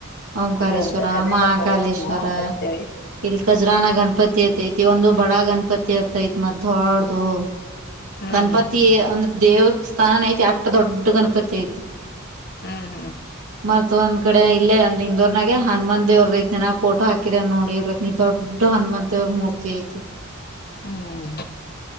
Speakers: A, on the right; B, on the left.
A: ಓಂಕಾರೇಶ್ವರ
B: ಬರ್ಬೇಕು ಅದೆಲ್ಲ
A: ಮಹಾಕಾಲೇಶ್ವರ
B: ಪ್ರವಾಸ ನಾವು ಅಡ್ಡಾಡ್ತೇವಿ
A: ಇಲ್ ಕಜಾರ್ನಾಗ್ ಗಣಪತಿ. ತಿ ಅತ್ತ ಐತಿ ಒಂದು ಬಡ ಗಣಪತಿ ಆತ್ತೈತಿ ಮತ್ತ್ ಡೋಡ್ದು.
B: ಹ್ಮ್
A: ಗಣಪತಿ ಅಂದ್ರ ದೇವ ಸ್ಥಾನನ ಐತಿ ಅಟ್ಟ ದೊಡ್ಡ ಗಣಪತಿ ಐತಿ.
B: ಹ್ಮ್ ಹ್ಮ್
A: ಮತ್ ಒಂದ್ ಕಡ್ ಅ ಇಲ್ಲೇಂದ ಇಂದೋರ್ನಾಗೆ ಹನುಮಂದ ದೇವ್ರದ ಐತೆ ನ ಫೋಟೋ ಹಾಕಿದ್ಯಾ ನೋಡಿ ಇರ್ಬೇಕ್ ನೀ ದೊಡ್ಡ ಹನುಮಂತ ದೇವ್ರ ಮೂರ್ತಿ ಐತಿ.
B: ಹ್ಮ್